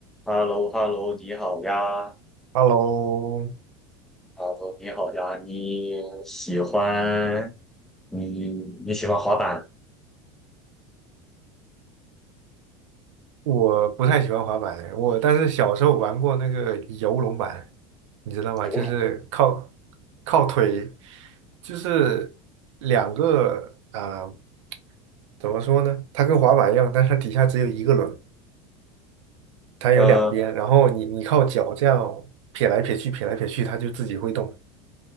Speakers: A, in the centre; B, on the right (about 80°).
A: h e l l o h e l l o 你好呀
B: Hello，
A: h e 你好呀，你喜欢你你喜欢滑板、
B: 我不太喜欢滑板的，我但是小时候玩过那个游龙板，你知道吗？
A: 游泳？
B: 就是靠靠腿，就是两个啊、呃怎么说呢？它跟滑板一样，但是它底下只有一个轮，它有两边，
A: 呃，
B: 然后你你靠脚这样撇来撇去，撇来撇去，它就自己会动。